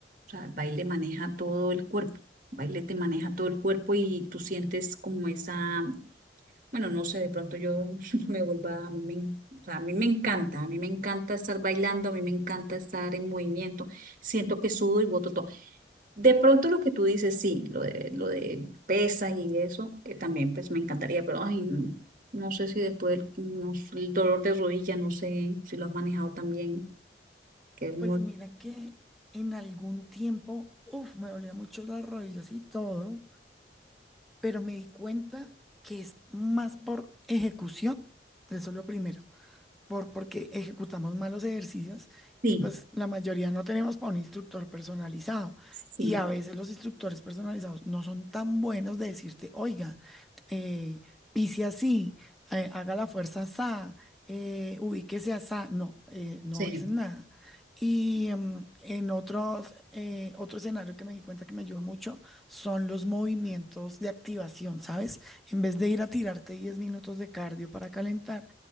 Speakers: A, on the right; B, in the centre.
A: sea, el baile maneja todo el cuerpo. El baile te maneja todo el cuerpo y tú sientes como esa, bueno, no sé, de pronto yo <laughs> me vuelva, me- o sea, a mí me encanta, a mí me encanta estar bailando, a mí me encanta estar en movimiento. Siento que sudo y boto todo. De pronto lo que tú dices, sí, lo de, lo de pesas y eso, que también pues me encantaría, pero ay, no, no sé si después el, no sé, el dolor de rodilla, no sé si lo has manejado también, que es muy...
B: Pues mira que en algún tiempo, uff, me dolía mucho las rodillas y todo, pero me di cuenta que es más por ejecución, eso es lo primero, por, porque ejecutamos malos ejercicios
A: Sí,
B: y pues la mayoría no tenemos para un instructor personalizado.
A: Sí,
B: Y a veces los instructores personalizados no son tan buenos de decirte, oiga, eh, pise así, eh, haga la fuerza asá, eh, ubíquese asá. No, eh, no
A: sí,
B: dicen nada. Y em, en otros, eh, otro escenario que me di cuenta que me ayuda mucho son los movimientos de activación, ¿sabes? En vez de ir a tirarte 10 minutos de cardio para calentar,